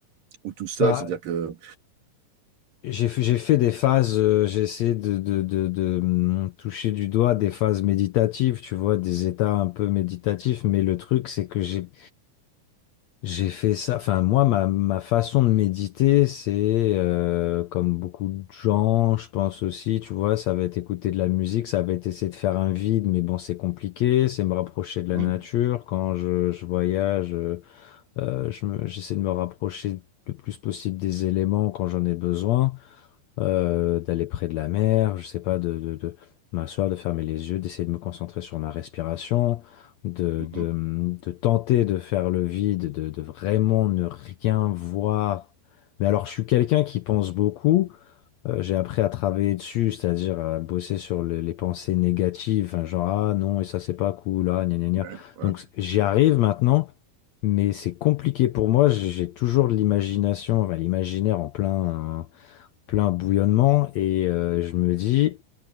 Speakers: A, on the right (about 80°); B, on the left (about 70°).
A: ou tout seul,
B: bah,
A: c'est-à-dire que...
B: J'ai fait, j'ai fait des phases, euh, j'ai essayé de, de, de, de, hum, toucher du doigt des phases méditatives, tu vois, des états un peu méditatifs, mais le truc, c'est que j'ai, j'ai fait ça, enfin, moi, ma, ma façon de méditer, c'est, euh, comme beaucoup de gens, je pense aussi, tu vois, ça va être écouter de la musique, ça va être essayer de faire un vide, mais bon, c'est compliqué, c'est me rapprocher de la
A: Mhm,
B: nature, quand je, je voyage, euh, euh, je me- j'essaie de me rapprocher le plus possible des éléments quand j'en ai besoin euh, d'aller près de la mer, je sais pas, de, de, de m'asseoir, de fermer les yeux, d'essayer de me concentrer sur ma respiration, de,
A: mhm,
B: de, de tenter de faire le vide, de, de vraiment ne rien voir. Mais alors, je suis quelqu'un qui pense beaucoup. Euh, j'ai appris à travailler dessus, c'est-à-dire à bosser sur le- les pensées négatives, hein, genre ah non, et ça c'est pas cool, ah gna gna gna.
A: ouais, ouais,
B: Donc j'y arrive maintenant, mais c'est compliqué pour moi, j'ai j'ai toujours de l'imagination, enfin, l'imaginaire en plein, plein bouillonnement et euh, je me dis